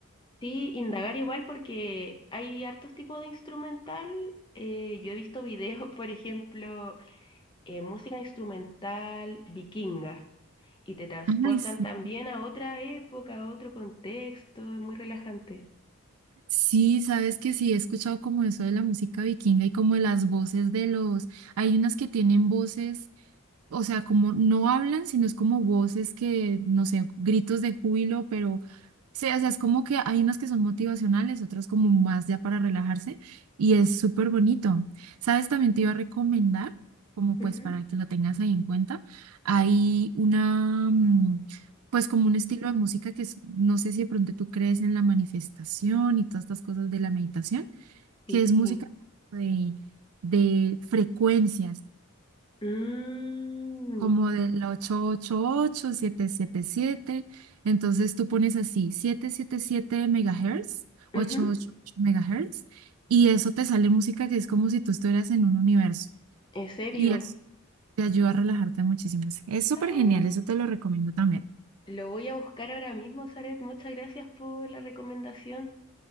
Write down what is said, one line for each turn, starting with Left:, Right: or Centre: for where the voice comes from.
Left: sí, indagar igual porque hay hartos tipos de instrumental. eh, yo he visto videos, <laughs> por ejemplo, eh, música instrumental vikinga y te transportan
Right: Ay, sí,
Left: también a otra época, a otro contexto, es muy relajante.
Right: sí, sabes que sí, he escuchado como eso de la música vikinga y como de las voces de los, hay unas que tienen voces o sea, como no hablan, sino es como voces que, no sé, gritos de júbilo, pero, sí, o sea, es como que hay unas que son motivacionales, otras como más ya para relajarse, y es súper bonito. ¿Sabes? También te iba a recomendar, como
Left: Ujú,
Right: pues para que lo tengas ahí en cuenta, hay una, mm, pues como un estilo de música que es, no sé si de pronto tú crees en la manifestación y todas estas cosas de la meditación,
Left: Sí.
Right: que es música de... de frecuencias
Left: Mm,
Right: como del 888, siete Entonces tú pones así 777 megahertz, ochocientos
Left: ujú,
Right: ochenta y ocho megahertz, y eso te sale música que es como si tú estuvieras en un universo.
Left: ¿En serio?
Right: Y eso te ayuda a relajarte muchísimo. Es súper
Left: Ah,
Right: genial, eso te lo recomiendo también.
Left: lo voy a buscar ahora mismo, Saret. Muchas gracias por la recomendación.